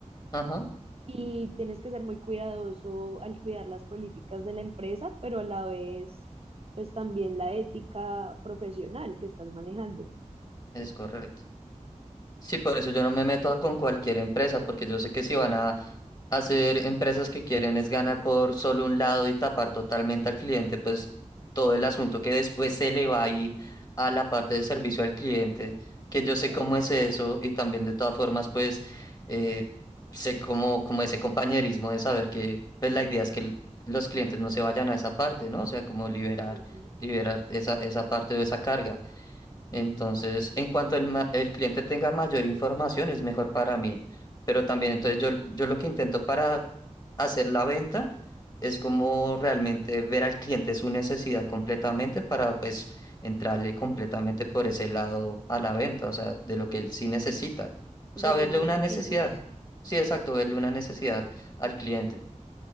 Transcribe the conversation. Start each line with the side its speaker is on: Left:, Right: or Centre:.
Left: Ajá,
Right: y tienes que ser muy cuidadoso al cuidar las políticas de la empresa, pero a la vez, pues también la ética profesional que estás manejando,
Left: es correcto. Sí, por eso yo no me meto con cualquier empresa, porque yo sé que si van a hacer empresas que quieren es ganar por solo un lado y tapar totalmente al cliente, pues todo el asunto que después se le va a ir a la parte de servicio al cliente, que
Right: Exacto.
Left: yo sé cómo es eso y también de todas formas, pues eh, sé cómo, como ese compañerismo de saber que pues la idea es que el- los clientes no se vayan a esa parte, ¿no? O sea, como liberar,
Right: Ujú.
Left: liberar esa, esa parte o esa carga. Entonces, en cuanto el, ma- el cliente tenga mayor información, es mejor para mí. Pero también, entonces, yo, yo lo que intento para hacer la venta es como realmente ver al cliente su necesidad completamente para, pues, entrarle completamente por ese lado a la venta, o sea, de lo que él sí necesita.
Right: de
Left: O sea,
Right: los
Left: verle
Right: beneficios.
Left: una necesidad. Sí, exacto, verle una necesidad al cliente